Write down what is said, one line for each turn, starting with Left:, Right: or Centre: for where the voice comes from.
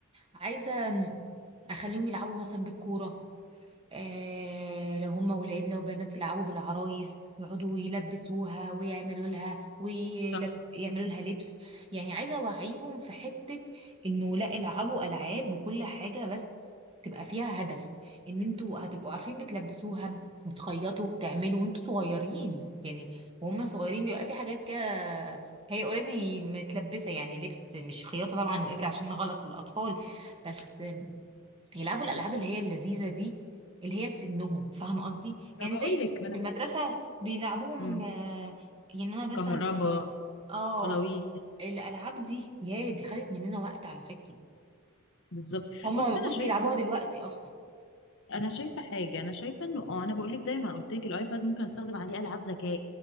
Right: عايزة أخليهم يلعبوا مثلا بالكورة آه لو هم ولاد لو بنات يلعبوا بالعرايس يقعدوا يلبسوها ويعملوا لها ويعملوا
Left: صح
Right: لها لبس يعني عايزه اوعيهم في حته انه لا العبوا العاب وكل حاجه بس تبقى فيها هدف ان انتوا هتبقوا عارفين بتلبسوها بتخيطوا بتعملوا وانتوا صغيرين يعني وهم صغيرين بيبقى في حاجات كده هي اوريدي متلبسه يعني لبس مش خياطه طبعا وابره عشان غلط للاطفال بس يلعبوا الالعاب اللي هي اللذيذه دي اللي هي لسنهم فاهمه قصدي يعني
Left: انا بقول
Right: زي
Left: لك ما انا
Right: في المدرسه بيلعبوهم
Left: مم.
Right: آه، يعني انا مثلا
Left: كهربا
Right: اه
Left: قلاويس
Right: الالعاب دي يا دي خدت مننا وقت على فكره
Left: بالظبط
Right: هما
Left: بص
Right: ما بقوش
Left: انا شايفة
Right: بيلعبوها دلوقتي اصلا
Left: انا شايفه حاجه انا شايفه انه اه انا بقول لك زي ما قلت لك الايباد ممكن استخدم عليه العاب ذكاء